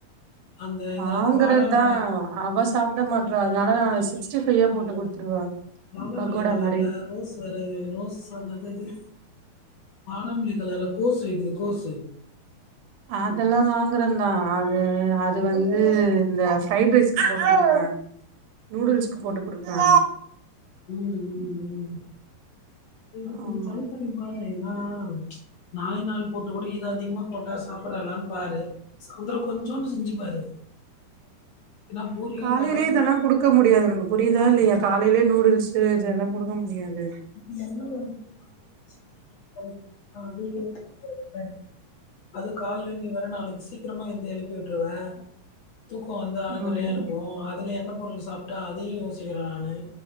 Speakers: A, on the left; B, on the right.
A: அந்த
B: வாங்கறது
A: இது என்னது வாடாமல்லி
B: தா அவ சாப்பிட மாட்றா அதனால நா சிக்ஸ்டி ஃபைவா போட்டு குடுத்துருவே
A: வாடாமல்லி
B: பகோடா
A: கலர்ல
B: மாரி
A: ரோஸ் பிறகு ரோஸ் அந்ததது வாட மல்லிக்கலர்ல கோசு வைக்குது கோசு
B: அதெல்லா வாங்குறந்தா அது அது வந்து இந்த ஃப்ரைப் ரைஸ்கு போட்டு குடுத்து வுட்ருவே நூடுல்ஸ்கு போட்டு குடுப்பே
A: ம் ம் ம். இது கொஞ்சோ
B: ஆமா
A: ட்ரை பண்ணி பாரு ஏனா நாளு நாள் போட்டு கூட இது அதிகமா போட்டா சாப்ட்றாலானு பாரு சாய்ந்தரோ கொஞ்சோண்டு செஞ்சு பாரு
B: ஹ
A: ஏன்னா பூரியும்
B: காலைலயே
A: தல
B: இதெல்லா குடுக்க முடியாது உனக்கு புரியுதா இல்லையா காலைலயே நூடுல்ஸு இதெல்லா குடுக்க முடியாது
A: இது என்ன ஒன் <inaudible> அது காலைல நீ வர நாளைக்கி சீக்கிரமா இந்து எழுப்பி விட்ருவே தூக்க வந்து அரைகுறையா
B: ஆமா
A: இருக்கு அதில எண்ண பொருள் சாப்ட்டு அதையு யோசிக்றே நானு